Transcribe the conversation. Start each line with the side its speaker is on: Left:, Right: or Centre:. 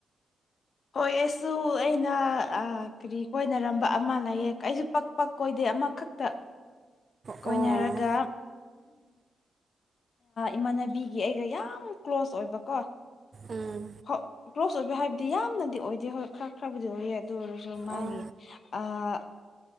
Left: ꯍꯣꯏ ꯑꯩꯁꯨ ꯑꯩꯅ ꯀꯔꯤ ꯀꯣꯏꯅꯔꯝꯕ ꯑꯃ ꯂꯩꯌꯦ ꯑꯩꯁꯨ ꯄꯛ ꯀꯣꯏꯗꯦ ꯑꯃꯈꯛꯇ ꯀꯣꯏꯅꯔꯒ
Right: ꯑꯣ
Left: ꯏꯃꯥꯟꯅꯕꯤꯒꯤ ꯑꯩꯒ ꯌꯥꯝ ꯀ꯭ꯂꯣꯁ ꯑꯣꯏꯕꯀꯣ
Right: ꯑꯥꯝ
Left: ꯍꯣꯏ ꯀ꯭ꯂꯣꯖ ꯑꯣꯏꯕ ꯍꯥꯏꯕꯗꯤ ꯌꯥꯝꯅꯗꯤ ꯑꯣꯏꯗꯦ ꯍꯣꯏ ꯈꯔ ꯈꯔꯕꯨꯗꯤ ꯑꯣꯏꯌꯦ ꯑꯗꯨ ꯑꯣꯏꯔꯁꯨ ꯑꯗꯣ ꯃꯥꯒꯤ
Right: ꯑꯣ
Left: ꯑꯥ